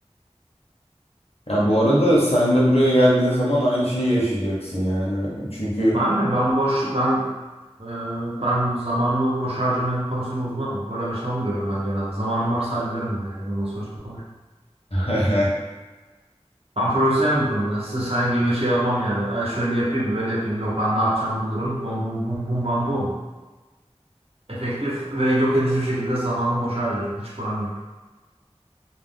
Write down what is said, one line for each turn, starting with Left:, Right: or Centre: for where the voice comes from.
Left: Ya bu arada sen de buraya geldiğin zaman aynı şeyi yaşayacaksın yani. Çünkü
Right: Ben mi? Ben boş ben e, ben zamanımı boş harcama konusunda uzmanım. Böyle şey olmuyorum ben genelde. Zamanım varsa hallederim ben yani. Ondan sonra kolay.
Left: <laughs>
Right: Ben profesyonelim bu konuda. Size sen gibi şey olmam yani. "Aa, şöyle yapayım, böyle yapayım. Yok ben ne yapacağım bulurum. Bum bum bum bum bam bum. Efektif ve yok edici bir şekilde zamanımı boşa harcarım. Hiç problem yok.